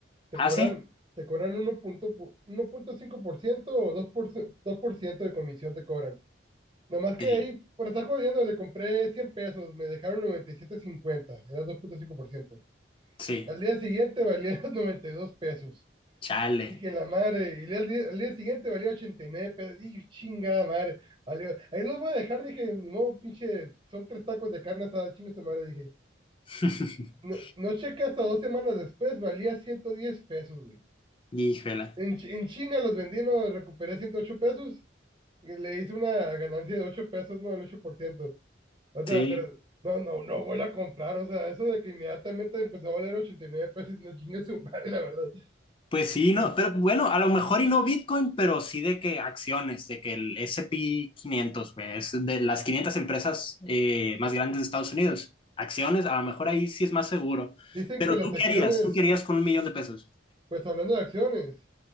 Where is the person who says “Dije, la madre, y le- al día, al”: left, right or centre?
Right